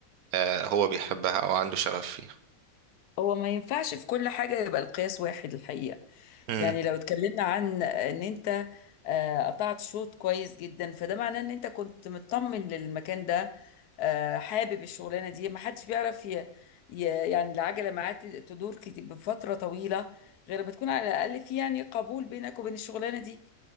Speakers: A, on the right; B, on the left.
A: آه، هو بيحبها او عنده شغف فيها
B: هو ما ينفعش في كل حاجة يبقى القياس واحد الحقيقة
A: مم.
B: يعني لو اتكلمنا عن ان انت آه، قطعت شوط كويس جدا فده معناه ان انت كنت مطمن للمكان ده آه، حابب الشغلانة دي ما حدش بيعرف ي... ي... يعني العجلة معاه ت- تدور كت- بفترة طويلة غير ما تكون على الأقل في يعني قبول بينك وبين الشغلانة دي